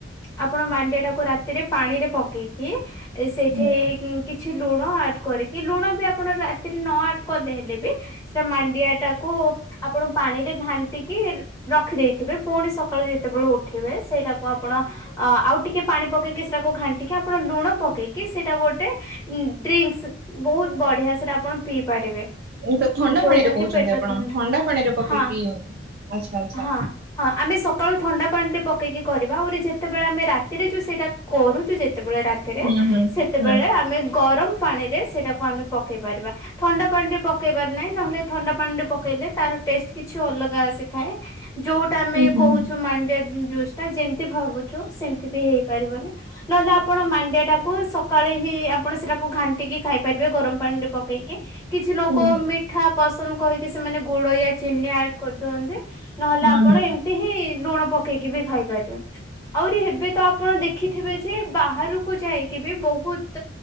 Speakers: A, on the left; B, on the right.
A: ଆପଣ ମାଣ୍ଡିଆ ଟାକୁ ରାତିରେ ପାଣି ରେ ପ ପକେଇି ସେଇଠି
B: ହୁଁ।
A: କିଛି ଲୁଣ ଆଡ କରିକି ଲୁଣ ବି ଆପଣ ରାତିରେ ନ ଆଡ କଲେ ହେଲେ ବି ସେଟା ମାଣ୍ଡିଆ ଟାକ୍ କୁ ଆପଣ ପାଣି ରେ ଘାଣ୍ଟିକି ରଖିଦେଇଥିବେ। ପୁଣି ସକାଳୁ ଯେତେବେଳେ ଉଠିବେ ସେଇଟାକୁ ଆପଣ ଆ ଆଉ ଟିକେ ପାଣି ପକେଇକି ସେଟାକୁ ଘାଣ୍ଟିକି ଆପଣ ଲୁଣ ପକେଇକି ସେଇଟା ଗୋଟେ ଉଁ ଡ୍ରିଙ୍କସ ବହୁତ ବଢିଆ ସେରେ ଆପଣ ପିଇ ପାରିବେ।
B: ଉଁ ତ ଥଣ୍ଡା
A: ଯୋଉଟା
B: ପାଣିରେ କହୁଚନ୍ତି
A: କି ପେଟ
B: ଆପଣ। ଥଣ୍ଡା ପାଣିରେ ପକେଇକି
A: ହଁ।
B: ଆଚ୍ଛା ଆଚ୍ଛା।
A: ହଁ ହଁ ଆମେ ସକାଳୁ ଥଣ୍ଡା ପାଣି ରେ ପକେଇକି କରିବା ଆଉରି ଯେତେବେଳେ ଆମେ ରାତିରେ ଯୋଉ ସେଇଟା କରୁଚୁ ଯେତେବେଳେ ରାତି ରେ
B: ହୁଁ ହୁଁ
A: ସେତେବେଳେ
B: ହୁଁ
A: ଆମେ ଗରମ ପାଣିରେ ସେଟାକୁ ଆମେ ପକେଇ ପାରିବା। ଥଣ୍ଡା ପାଣିରେ ପକାଇବାର ନାହିଁ ନହେଲେ ଥଣ୍ଡା ପାଣିରେ ପକାଇଲେ ତାର ଟେଷ୍ଟ କିଛି ଅଲଗା ଆସିଥାଏ। ଯୋଉ ଆମେ
B: ହୁଁ ହୁଁ
A: କହୁଛୁ
B: ହୁଁ।
A: ମାଣ୍ଡିଆ ଜୁସ୍ ଟା ଯେମତି ଭାବୁଛୁ ସେମତି ବି ହେଇପାରିବନି। ନହେଲେ ଆପଣ ମାଣ୍ଡିଆ ଟାକୁ ସକାଳେ ହିଁ ଆପଣ ସେଟାକୁ ଘାଣ୍ଟିକି ଖାଇ ଗରମ ପାଣି ରେ ପକେଇକି, କିଛି ଲୋକ
B: ବହୁତ
A: ମି ମିିଠା ପସନ୍ଦ କହିକି ସେମାନେ ଗୁଡ ୟା ଚିନି ଆଡ୍ କରିଦିଅନ୍ତି, ନହେଲେ
B: ଭାଲ୍ୟୁ
A: ଆପଣ ଏ ହିଁ ଲୁଣ ପକେଇକି ବି ଖାଇପାରିବେ, ଆହୁରି ଏବେ ତ ଆପଣ ଦେଖି ଥିବେ ଯେ ବାହାରକୁ ଯାଇକି ବି ବହୁତ